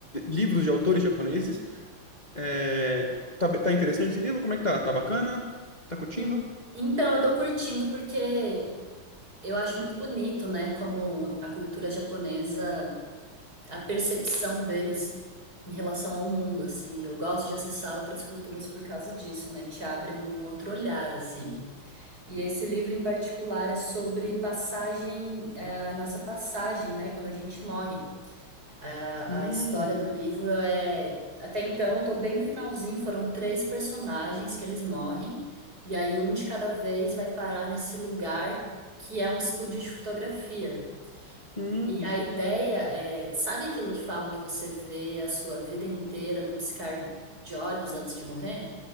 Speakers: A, on the left (about 20°); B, on the right (about 45°).
A: livros de autores japoneses. É, tá, tá interessante esse livro? Como é que tá? Tá bacana? Tá curtindo?
B: En- Então, eu tô curtindo porque eu acho muito bonito, né, como a cultura japonesa a percepção deles em relação ao mundo, assim. Eu gosto de acessar outras culturas por causa disso, né? Te abre um outro olhar, assim. E esse livro em particular é sobre passagem, é, a nossa passagem, né? Quando a gente morre. A,
A: Hum,
B: a história do livro é. Até então, eu tô bem no finalzinho, foram três personagens que eles morrem, e aí um de cada vez vai parar nesse lugar que é um estúdio de fotografia.
A: hum,
B: E a ideia é, sabe aquilo que falam que você vê a sua vida inteira num piscar de olhos antes de morrer?